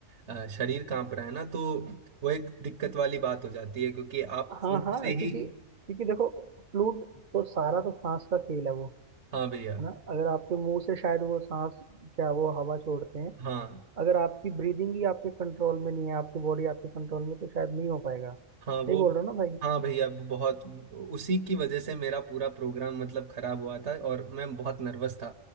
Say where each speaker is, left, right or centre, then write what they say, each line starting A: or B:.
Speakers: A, on the right (about 60°); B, on the right (about 40°).
A: अ, शरीर कांप रहा है ना तो वो एक दिक्कत वाली बात हो जाती है क्योंकि आप
B: हाँ
A: फूंक
B: हाँ
A: से
B: क्योंकि
A: ही
B: क्योंकि देखो फ्लूट तो सारा तो सांस का खेल है वो
A: हाँ भैया
B: है ना अगर आपके मुंह से शायद वो सांस क्या वो हवा छोड़ते हैं
A: हाँ
B: अगर आपकी ब्रीदिंग ही आपके कंट्रोल में नहीं है आपकी बॉडी आपके कंट्रोल में तो शायद नहीं हो पाएगा सही
A: हाँ वो
B: बोल रहा हूँ ना भाई
A: हाँ भैया वो बहुत उसी की वजह से मेरा पूरा प्रोग्राम मतलब खराब हुआ था और मैं बहुत नर्वस था